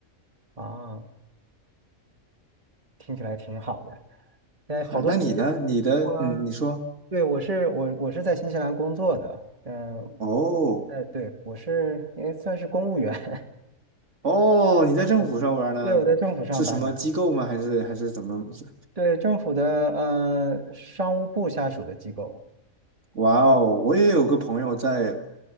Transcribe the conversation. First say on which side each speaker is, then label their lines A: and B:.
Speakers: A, on the right; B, on the right.
A: 啊，听起来挺好的。哎，好多新西，
B: 啊那你呢？你的，
A: 我
B: 嗯，你说，
A: 对我是我我是在新西兰工作的，嗯，
B: 哦。
A: 呃，对，我是也算是公务员。<laughs>
B: 哦，你在政府上班呢？
A: 对，对，我在政府上班呢，
B: 是什么机构吗？还是还是怎么回事？
A: 对，政府的呃商务部下属的机构
B: 哇哦，我也有个朋友在，